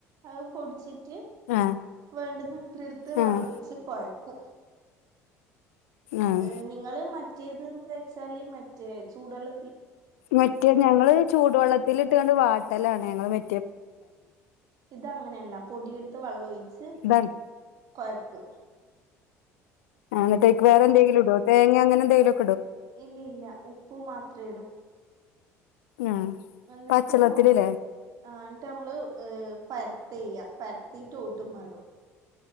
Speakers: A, on the right; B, on the left.
A: അത് പൊടിച്ചിട്ട്
B: ആഹ്
A: വേണ്ടുന്ന അത്രയും എടുത്ത്
B: ആഹ്
A: വെള്ളൊഴിച്ച് കൊഴക്കും
B: ആഹ്
A: ഏ നിങ്ങള് മറ്റേത്ന്ന് വെച്ചാല് മറ്റേ ചൂടൊള്ള
B: മറ്റേ ഞങ്ങള് ചൂടുവെള്ളത്തിലിട്ട്ങ്ങണ്ട് വാട്ടലാണ് ഞങ്ങള് വെ
A: ഇത് അങ്ങനല്ല പൊടിയെട്ത്ത് വെള്ളം ഒഴിച്ച്
B: ഇതാണ്
A: കൊഴക്കൂ
B: അങ്ങനത്തേക്ക് വേറെ എന്തേങ്കിലും ഇടുവോ തേങ്ങയോ അങ്ങനെ എന്തേലും
A: ഇല്ല ഇല്ല ഉപ്പു മാത്രം ഇടും
B: ആഹ്
A: വന്നിട്ട്
B: പച്ചള്ളത്തിലില്ലേ
A: ന ആ എന്നിട്ട് നമ്മള് ഏ പരത്തെയ്യാ പരത്തീട്ട് ഓട്ടുമ ഇടും